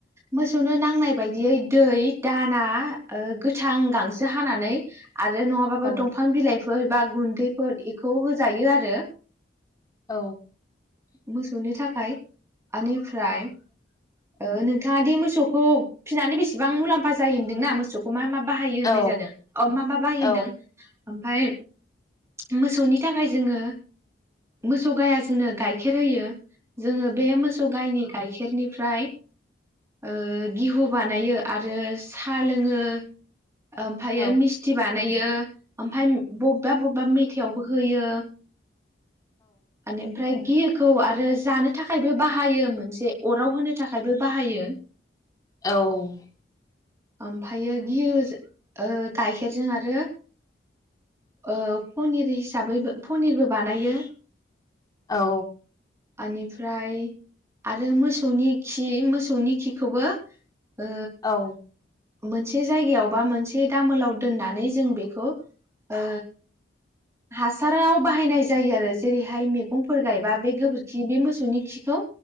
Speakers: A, on the right; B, on the left.
A: मोसौनो नांनाय बायदियै दै दाना ओ गोथां गांसो हानानै आरो नङाबाबो
B: औ
A: दंफां बिलाइफोर फोर बा गुन्दैफोर एखौ होजायो आरो
B: औ
A: मोसौनि थाखाय आनि ओमफ्राय ओ नोंथाङादि मोसौखौ फिनानै बेसेबां मुलाम्फा जायो होनदोंना मोसौखौ मा मा बाहायो होननाय
B: औ
A: जादों अ मा मा बाहायो
B: औ
A: होनदों ओमफाय मोसौनि थाखाय जोङो मोसौ गाया जोंनो गाइखेर होयो जोङो बे मोसौ गायनि गाय गाइखेरनिफ्राय ओ गिहु बानायो आरो साहा लोङो ओमफायो
B: औ
A: मिस्थि बानायो ओमफाय बबेबा बबेबा मेथाइआव होयो आन‌ ओमफ्राय गियोखौ आरो जानो थाखायबो बाहायो मोनसे अराव होनो थाखायबो बाहायो
B: औ
A: ओमफायो गियो जो ओ गाइखेरजों आ आरो ओ पनिर हिसाबैबो पनिरबो बानायो
B: औ
A: आनिफ्राय आरो मोसौनि खि मोसौनि खिखौबो ओ
B: औ
A: मोनसे जायगायाव बा मोनसे दामोलाव दोननानै जों बेखौ ओ हासाराव बाहायनाय जायो आरो जेरैहाय मे गंफोर गायबा बे गोबोरखि बि बे मोसौनि खिखौ